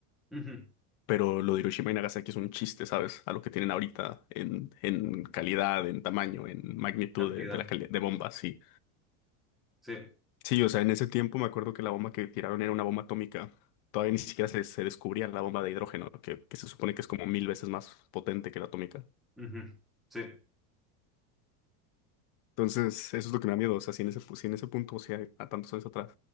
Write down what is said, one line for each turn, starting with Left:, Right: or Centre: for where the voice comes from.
Centre: Ujú.
Left: pero lo de Hiroshima y Nagasaki es un chiste, ¿sabes? A lo que tienen ahorita en, en calidad, en tamaño, en magnitud
Centre: Cantidad.
Left: de, de la calidad de bombas, sí.
Centre: Sí.
Left: Sí, o sea, en ese tiempo me acuerdo que la bomba que tiraron era una bomba atómica. Todavía ni siquiera se, se descubría la bomba de hidrógeno, que, que se supone que es como mil veces más potente que la atómica.
Centre: Ujú. Sí.
Left: Entonces, eso es lo que me da miedo. O sea, si en ese, pu- si en ese punto, o sea, a tantos años atrás,